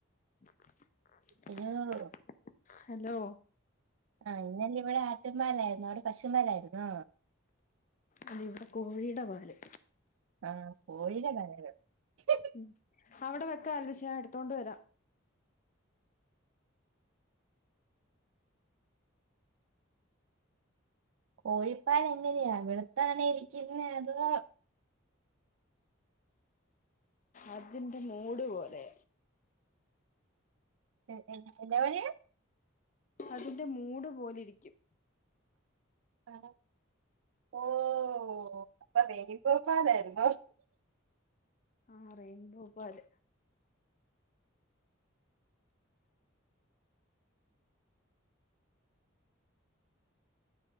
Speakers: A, on the left; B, on the right.
A: <unintelligible>
B: ഹലോ
A: ഹലോ
B: ആ ഇന്നലെ ഇവിടെ ആട്ടുംപാലായിരുന്നു അവിടെ പശുവുംപാലായിരുന്നോ
A: അത് ഇവിടെ കോഴീടെ വാല്
B: ആഹ് കോയീടെ <unintelligible>
A: ഉം. അവിടെ വെക്ക് ആൽബിച്ചാ എടുത്തോണ്ട് വരാം
B: കോഴിപ്പാല് എങ്ങനെയ വെളുത്താണോ ഇരിക്കുന്നെ അതോ
A: അർജൻ മൂട് പോലെ
B: എ എന്നാ <unintelligible>
A: അതിന്റെ മൂട് പോലെ ഇരിക്കും
B: ആ, ഓ ഓ <unintelligible> പോപ്പാലായിരുന്നോ?
A: ആഹ് റയിൻ ബോ പാല്.